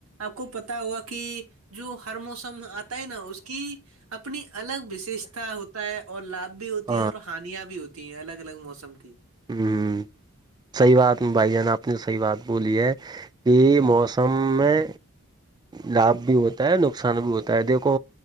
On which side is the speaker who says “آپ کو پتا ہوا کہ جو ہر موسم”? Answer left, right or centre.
Right